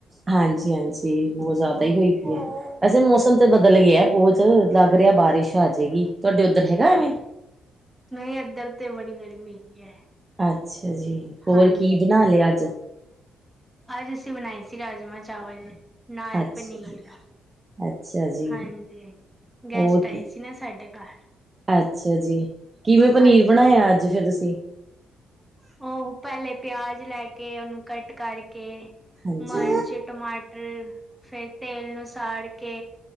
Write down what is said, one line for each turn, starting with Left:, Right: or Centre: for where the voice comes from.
Right: ਹਾਂਜੀ ਹਾਂਜੀ! ਬਹੁਤ ਜ਼ਿਆਦਾ
Centre: ਹਾਂਜੀ
Right: ਹੀ ਹੋਏ ਪੀ ਹੈ। ਵੈਸੇ ਮੌਸਮ ਸੰ ਬਦਲ ਗਿਆ ਬਹੁਤ ਲੱਗ ਰਿਹਾ, ਬਾਰਿਸ਼ ਆ ਜਾਏਗੀ। ਤੁਹਾਡੇ ਉੱਧਰ ਹੈਗਾ ਐਵੇਂ।
Centre: ਨਹੀਂ! ਇਏਧਰ ਤੇ ਬੜੀ ਗਰਮੀ ਹੈਗੀ ਹੈ।
Right: ਅੱਛਾ ਜੀ। ਹੋਰ
Centre: ਹਾਂਜੀ
Right: ਕੀ ਬਣਾ ਲਿਆ ਅੱਜ।
Centre: ਅੱਜ ਅਸੀਂ ਬਣਾਈ ਸੀ ਰਾਜਮਾਂ ਚਾਵਲ। ਨਾਲ
Right: ਅੱਛਾ
Centre: ਪਨੀਰ।
Right: ਜੀ ਅੱਛਾ ਜੀ
Centre: ਹਾਂਜੀ! ਗੈਸਟ
Right: ਹੋਰ
Centre: ਆਈ
Right: ਕੀ?
Centre: ਸੀ ਨਾ ਸਾਡੇ ਘਰ।
Right: ਅੱਛਾ ਜੀ। ਕਿਵੇਂ ਪਨੀਰ
Centre: ਹਾਂਜੀ
Right: ਬਣਾਇਆ ਅੱਜ ਫਿਰ ਤੁਸੀਂ।
Centre: ਉਹ ਪਹਿਲੇ ਪਿਆਜ ਲੈ ਕੇ ਉਹਨੂੰ ਕੱਟ ਕਰਕੇ
Right: ਹਾਂਜੀ
Centre: ਮਰਚ ਟਮਾਟਰ ਫੇਰ ਤੇਲ ਨੂੰ ਸਾੜ ਕੇ